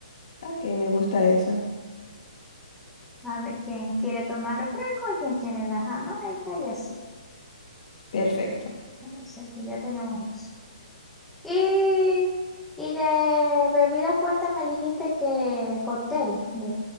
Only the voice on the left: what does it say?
Ok, me gusta esa.
Perfecto.